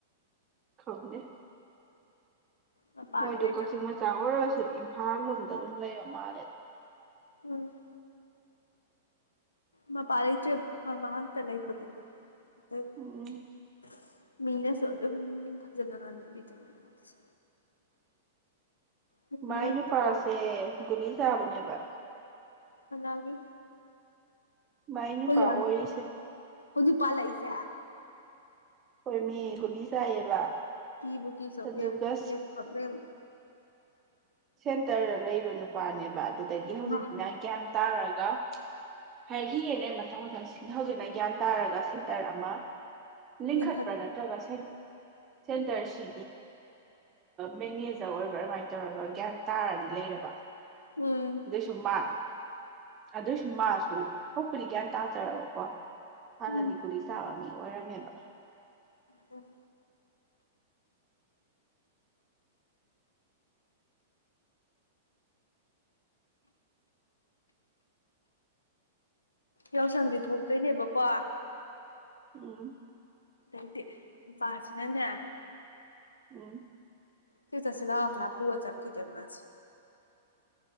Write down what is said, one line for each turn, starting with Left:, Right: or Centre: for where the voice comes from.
Right: ꯈꯪꯗꯦ
Left: ꯃꯄꯥꯗꯤ
Right: ꯃꯣꯏꯗꯨ
Left: ꯂꯩꯇ꯭ꯔ
Right: ꯀꯛꯆꯤꯡ ꯃꯆꯥ ꯑꯣꯏꯔ ꯁꯨ ꯏꯝꯐꯥꯜ ꯂꯣꯝꯗ ꯑꯗꯨꯝ ꯂꯩꯔ ꯃꯥꯜꯂꯦꯗ
Left: ꯎꯝ ꯃꯄꯥ ꯂꯩꯇ꯭ꯔꯦꯕ ꯃꯃꯥꯒ ꯈꯛꯇ ꯂꯩꯕꯅꯦꯕ <unintelligible>
Right: ꯎꯝ
Left: ꯃꯤꯅꯁꯨ ꯑꯗꯨꯝ ꯐꯖꯅ ꯉꯥꯡꯅꯕꯤꯗꯝꯅꯦ ꯃꯣꯏꯁꯦ ꯅꯨꯄꯤ
Right: ꯃꯥꯏ
Left: ꯉꯥꯛꯇ
Right: ꯅꯨꯄꯥꯁꯦ
Left: ꯑꯣꯏ
Right: ꯒꯨꯂꯤ ꯆꯥꯕꯅꯦꯕ
Left: ꯀꯅꯥꯒꯤ
Right: ꯃꯥꯏ ꯅꯨꯄꯥ
Left: ꯍꯧꯖꯤꯛꯀꯥꯟ
Right: ꯑꯣꯏꯔꯤꯁꯦ
Left: ꯍꯧꯖꯤꯛ ꯄꯥꯜꯂꯛꯏꯁꯦ
Right: ꯍꯣꯏ ꯃꯤ ꯒꯨꯂꯤ ꯆꯥꯏꯌꯦꯕ
Left: ꯀꯤꯕꯨꯀꯤ ꯁꯣꯐꯤꯌꯥ
Right: ꯑꯗꯨꯒ
Left: ꯑꯦꯠꯁ ꯄꯛ ꯂꯩꯔꯝꯗ
Right: ꯁꯦꯟꯇꯔ ꯂꯩꯕ ꯅꯨꯄꯥꯅꯦꯕꯥ ꯑꯗꯒꯤ ꯍꯧꯖꯤꯛꯅ
Left: ꯃꯥ
Right: ꯒ꯭ꯌꯥꯟ ꯇꯥꯔꯒ ꯍꯥꯏꯈꯤꯒꯦꯅꯦ ꯃꯊꯪ ꯃꯊꯪ ꯁꯤꯁꯤꯡ ꯍꯧꯖꯤꯛꯅ ꯒ꯭ꯌꯥꯟ ꯇꯥꯔꯒ ꯁꯦꯟꯇꯔ ꯑꯃ ꯂꯤꯈꯠꯄ
Left: ꯂꯤꯡꯈꯠ
Right: ꯅꯇꯔ꯭ꯒ ꯆꯟꯗꯔꯁꯤ ꯃꯦꯅꯦꯖꯔ ꯑꯣꯏꯕ꯭ꯔꯥ ꯑꯗꯨꯃꯥꯏꯅ ꯇꯧꯔꯒ ꯒ꯭ꯌꯥ ꯇꯥꯔꯗꯤ ꯂꯩꯔꯕ
Left: ꯎꯝ
Right: ꯏ ꯁꯨꯝꯃ ꯑꯗꯨꯏꯁꯨ ꯃꯥꯁꯨ ꯍꯣꯛꯄꯗꯤ ꯒ꯭ꯌꯥꯟ ꯇꯥꯖꯔꯕꯀꯣ ꯍꯅꯗꯤ
Left: ꯎꯝ
Right: ꯀꯨꯂꯤꯁꯕ ꯑꯣꯏꯔꯝꯃꯦꯕ
Left: ꯑꯗꯣ ꯌꯥꯎꯁꯪꯗꯤ ꯊꯣꯛꯇꯣꯏꯅꯦꯕꯀꯣ
Right: ꯎꯝ
Left: ꯦꯇꯦ ꯄꯥꯆꯅꯅ
Right: ꯎꯝ
Left: ꯁꯤ ꯆ ꯁꯂ ꯍꯥꯄꯑꯣ ꯆꯀꯤꯆꯟꯃꯁ